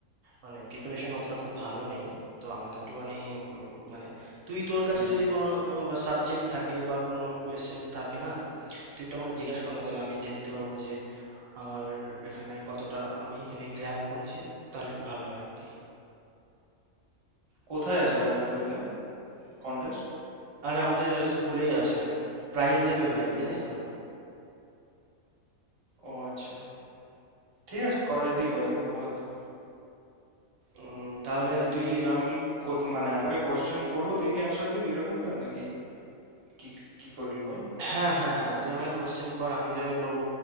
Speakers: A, on the right; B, on the right.
A: মানে প্রিপারেশন অতটা খুব ভালো নেই তো আমাকে একটুখানি উম, মানে তুই তোর কাছে
B: না।
A: যদি কোনো সাবজেক্ট থাকে বা কোনো কোয়েশ্চেন্স থাকে না তুই একটু আমাকে জিজ্ঞাসা কর না তাহলে আমি দেখতে পারবো যে আমার এখানে কতটা আমি এখানে গ্র্যাব করেছি তাহলে ভালো হয় আর কি
B: কোথায় আছে কালকে তোর কন্টেস্ট
A: আর আমাদের স্কুলেই আছে প্রাইজ দেবে ভাই জানিস তো
B: ও আচ্ছা ঠিক আছে করা যেতেই পারে ভালো তো
A: উম, তাহলে
B: তাহলে
A: তুই
B: তুই আমি কি করতে- মানে আমাকে কোয়েশ্চেন করবো তুই কি অ্যান্সার দিবি এরকমটা নাকি কি কি করবি বল
A: হ্যাঁ হ্যাঁ হ্যাঁ তুই আমাকে কোশ্চেন কর আমিও তোকে করব